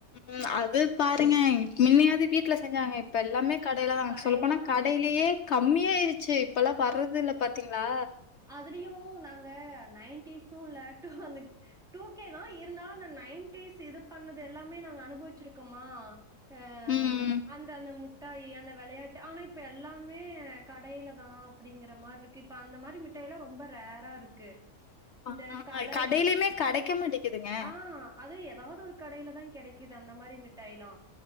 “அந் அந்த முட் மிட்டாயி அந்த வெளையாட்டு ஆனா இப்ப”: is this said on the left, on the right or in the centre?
Centre